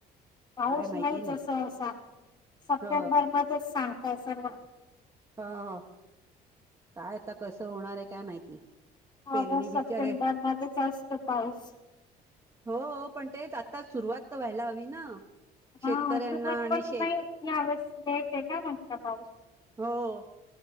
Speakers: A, on the left; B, on the right.
A: पाऊस
B: काय माहिती
A: नाहीच
B: नाही
A: असं असा सप्टेंबर
B: ह
A: मध्येच सांग <unintelligible>
B: हं हं काय आता कसं होणार आहे काय माहिती. पेरणी
A: ऑगस्ट,
B: बिचारे
A: सप्टेंबर मध्येच असतो पाऊस.
B: हो पण तेच आत्ताच सुरुवात तर व्हायला हवी ना. शेतकऱ्यांना
A: हा सुरुवात
B: आणि
A: पण
B: शेत
A: नाही यावेळेस लेट आहे, का म्हणता पाऊस?
B: हो